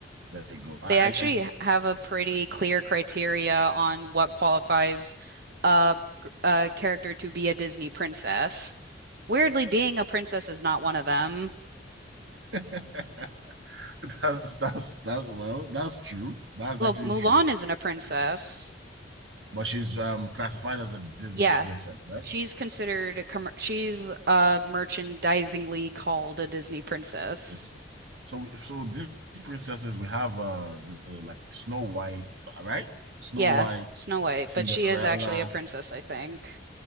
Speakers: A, on the right; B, on the right.
A: there you go i
B: They actually have a pretty clear criteria on what qualifies a, a character to be a Disney princess. Weirdly, being a princess is not one of them.
A: i <laughs> that's that's that well that's true that's
B: Well,
A: actually
B: Mulan
A: true
B: isn't a princess.
A: but she's um, classified as a Disney
B: Yeah,
A: princess, right?
B: she's considered, a commer- she's uh, merchandisingly called a Disney princess.
A: Princess. So we, so Disney princesses we have uh the, the, like Snow White, right? Snow
B: Yeah,
A: White,
B: Snow White,
A: Cinderella,
B: but she is actually a princess, I think.